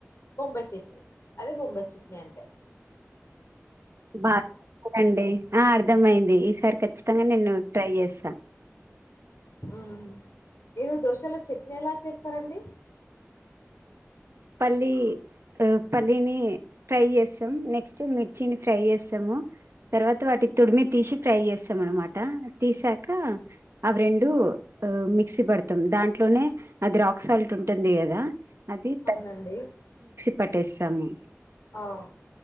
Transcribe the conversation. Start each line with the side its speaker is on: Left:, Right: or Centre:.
Left: బొంబాయి చట్నీ అది బొంబాయి చ గంటే
Right: బాగారండి ఆ అర్ధమయింది ఈసారి కచ్చి కానీ నేను ట్రై చేస్తా
Left: హ్మ్ మీరు దోశలో చట్నీ ఎలా చేస్తారండి
Right: పల్లీ పల్లీని ఫ్రై చేస్తాం నెక్స్ట్ మిర్చిని ఫ్రై చేస్తము తర్వాత వాటి తుడిమి తీసి ఫ్రై చేస్తం అన్నమాట తీసాక అవి రెండూ మిక్సీ పడతాం దాంట్లోనే అది రాక్ సాల్ట్ ఉంటుంది కదా అది త
Left: అండి
Right: పట్టేసాము
Left: అవు